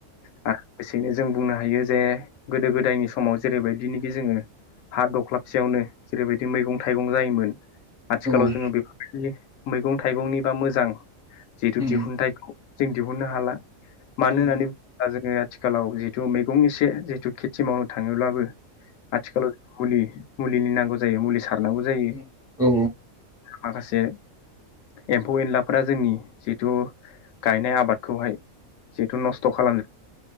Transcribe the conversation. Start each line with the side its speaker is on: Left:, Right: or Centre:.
Left: <unintelligible> जों बुंनो हायो जे गोदो गोदायनि समाव जेरैबायदिनिखि जोङो हा दख्लाबसेयावनो जेरैबायदि मैगं थाइगं जायोमोन आथिखालाव
Centre: औ औ
Left: जोङो बेफोरबायदि मैगं थाइगंनिबा मोजां जिहेथु
Centre: उम
Left: दिहुनथाइ जों दिहुननो हाला मानो
Centre: औ नंगौ
Left: होननानै <unintelligible> जोङो आथिखालाव जिथु मैगंनि एसे जिुथु खेथि मावनो थाङोब्लाबो आथिखालाव मुलि मुलिनि नांगौ जायो मुलि सारनांगौ जायो।
Centre: नंगौ
Left: माखासे एम्फौ एनलाफोरा जोंनि जिथु गायनाय आबाद खौहाय जिहेथु नस्थ खालामा।